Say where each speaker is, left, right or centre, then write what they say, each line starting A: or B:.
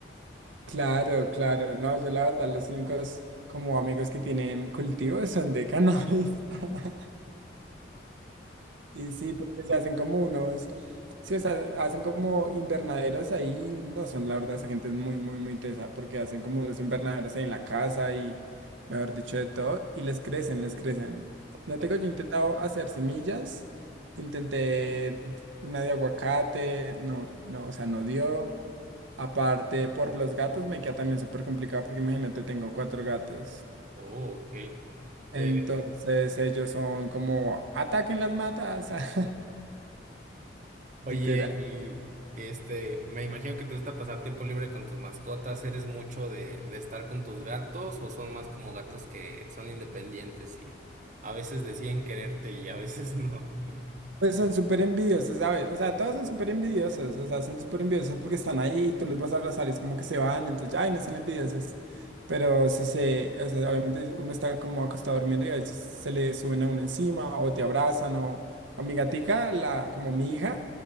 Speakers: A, on the right; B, on the right.
A: Claro, claro. No, yo la verdad, los únicos como amigos que tienen cultivos son de cannabis. <laughs> Y sí, porque se hacen como unos, sí, o sea, hacen como invernaderos ahí, no son, la verdad, esa gente es muy, muy, muy tesa, porque hacen como unos invernaderos ahí en la casa y, mejor dicho, de todo, y les crecen, les crecen. No
B: Ok.
A: tengo, yo he intentado hacer semillas, intenté una de aguacate, no, no, o sea, no dio. Aparte, por los gatos me queda también súper complicado, porque imagínate, tengo cuatro gatos.
B: Oh, ok. Eh,
A: Entonces, ellos son como, ataquen las matas, <laughs> literal.
B: oye, y este, me imagino que te gusta pasar tiempo libre con tus mascotas. ¿Eres mucho de, de estar con tus gatos o son más como gatos que son independientes y a veces deciden quererte y a veces no? <laughs>
A: Pues son súper envidiosos, ¿sabes? O sea, todos son súper envidiosos, o sea, son súper envidiosos porque están ahí y tú los vas a abrazar y es como que se van, entonces, ay, no sean envidiosos. Pero si se, o sea, obviamente uno está como acostado durmiendo y a veces se le suben a uno encima o te abrazan o a mi gatica, la, como mi hija,